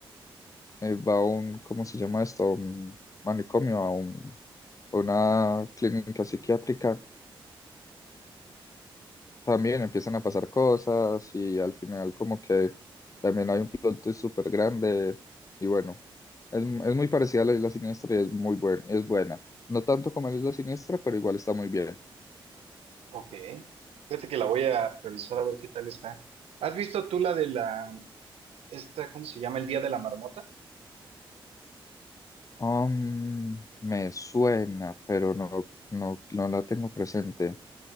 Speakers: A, on the left; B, on the right.
A: eh, va a un, ¿cómo se llama esto? A Un manicomio, a un- a una clínica psiquiátrica también empiezan a pasar cosas y al final como que también hay un plot twist súper grande y bueno, es, es muy parecida a La Isla Siniestra y es muy buena, es buena. No tanto como La Isla Siniestra, pero igual está muy bien.
B: Ok, fíjate que la voy a revisar a ver qué tal está. ¿Has visto tú la de la esta, ¿cómo se llama? El Día de la Marmota.
A: Um, me suena, pero no, no, no la tengo presente.